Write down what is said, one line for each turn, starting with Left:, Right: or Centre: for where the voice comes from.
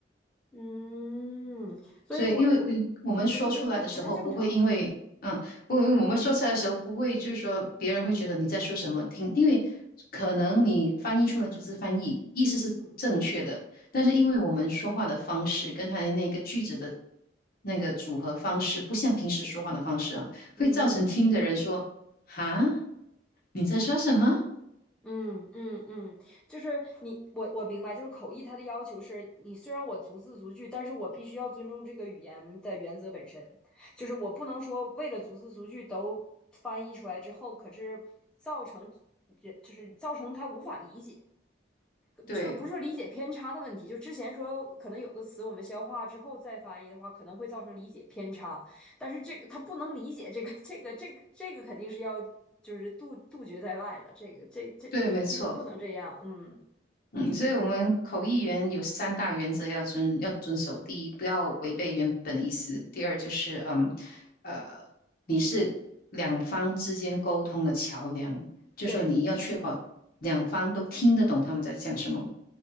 Centre: 嗯，所以我我
Left: 所以，因为嗯我们说出来的时候，
Centre: 我就觉得它不太正常。
Left: 不会因为嗯，不，嗯我们说出来的时候，不会就是说别人会觉得你在说什么听，因为可能你翻译出来逐字翻译，意思是正确的，
Centre: 嗯
Left: 但是因为我们说话的方式跟他的那个句子的那个组合方式，不像平时说话的方式啊，会造成听的人说哈，
Centre: 嗯
Left: 你在说什么？
Centre: 嗯嗯嗯，就是你我我明白，就是口译它的要求是你虽然我逐字逐句，但是我必须要尊重这个语言的原则本身，就是我不能说为了逐字逐句都翻译出来之后，可是造成这就是造成他无法理解。
Left: 对
Centre: 就是不是说理解偏差的问题，就之前说可能有的词我们消化之后再翻译的话，可能会造成理解偏差，但是这个他不能理解这个这个这个这个肯定是要就是杜杜绝在外了，这个这这因为不能这样，
Left: 对，没错。
Centre: 嗯，
Left: 嗯，所以我们口译员有三大原则要遵要遵守。第一，不要违背原本的意思；第二，就是嗯呃，你是两方之间沟通的桥梁，就说你要确保两方都听得懂他们在讲什么，
Centre: 对